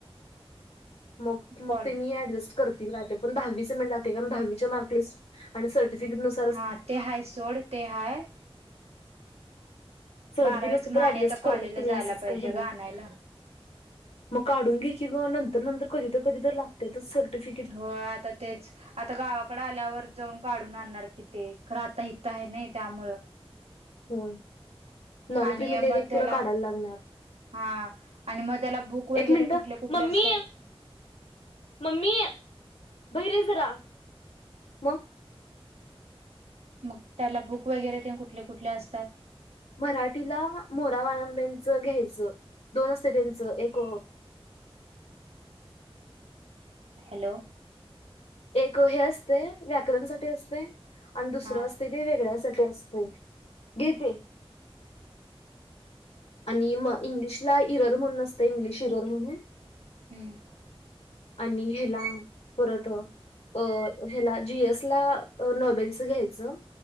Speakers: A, on the left (about 80°); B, on the right (about 80°).
A: मग, मग
B: कॉल
A: तेनी ऍडजस्ट करतील माहिते. कारण दहावीचं मेन लागते, दहावीचा मार्कलीस्ट आणि सर्टिफिकेट नस
B: हा ते हाय सोड, ते हाय.
A: सर्टिफिकेट
B: बारावीच
A: नसलं
B: म
A: तर
B: आणि
A: ऍडजस्ट
B: आता कॉलेजला
A: करतात,
B: जायला
A: मानसच
B: पाहिजे
A: काय हे नाय.
B: ग आणायला.
A: मग काढून घ्यायची गं. नंतर, नंतर कधी तर कधी तर लाग सर्टिफि
B: होय आता तेच आता गावाकडे आल्यावर, जाऊन काढून आणणार कि ते. खंर आता इथे आहे ना त्यामुळं.
A: होय. नॉन
B: आणि
A: क्रिमीलेयर
B: मग
A: एक
B: त्याला
A: तुला काढायला लागणार.
B: हा. आणि मग त्याला बुक वगैरे
A: एक मिनिट
B: कुठले, कुठले
A: मम्मी
B: असतात?
A: मम्मी. भैयर ये जरा. मग
B: मग त्याला बुक वगैरे तेन, कुठले कुठले असतात?
A: मराठीला मोरा वाळंब्यांचं घ्यायचं. दोन असते त्यांचं. एक
B: हॅलो.
A: एक हे असतय, व्याकरण साठी असते. आणि दुसरं
B: हा
A: असते ते वेगळ्यासाठी असतय. घेते. आणि म इंग्लिशला, इरर म्हणून असतय. इंग्लिश इरर म्हणून.
B: हम्म.
A: आणि हे्ला, परत अ ह्याला जी एस ला, नॉबेल्सच घ्यायचं.